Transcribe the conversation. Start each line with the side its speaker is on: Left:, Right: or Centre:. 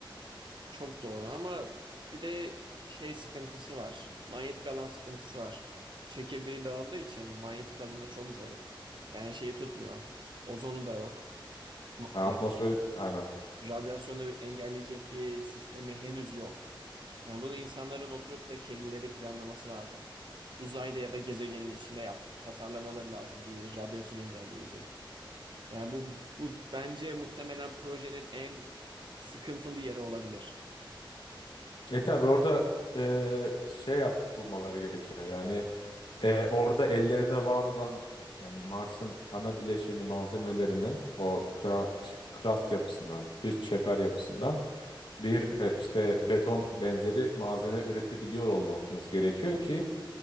Right: Çok doğru ama bir de şey sıkıntısı var. Manyetik alan sıkıntısı var. Çekirdeği dağıldığı için manyetik alanı çok zayıf. Yani şeyi tutmuyor. Ozonu da yok. Ma-
Left: E, Atmosferik aynen.
Right: e, radyasyonu engelleyecek bir sistemi henüz yok. Yani bunu insanların oturup da kendileri planlaması lazım. Uzayda ya da gezegenin içinde yap, tasarlamaları lazım bir radyasyon engelleyici. Yani bu, bu bence muhtemelen projenin en sıkıntılı yeri olabilir.
Left: E tabi orada e, şey yap bulmaları gerekiyor. Yani e, orada ellerinde var olan yani Mars'ın ana bileşeni malzemelerinden o kra, krast yapısından, dış çeper yapısından bir e, işte beton benzeri malzeme üretebiliyor olmamız gerekiyor ki